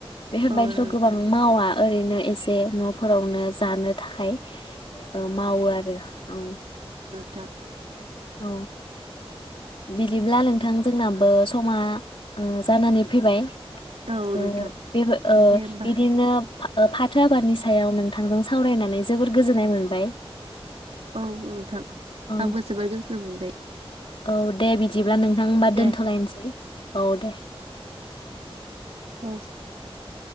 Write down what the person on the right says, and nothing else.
औ नोंथां
थां
औ
नोंथां
दे होमबा
औ औ नोंथां
आंबो जोबोर गो मोनबाय।
दे
औ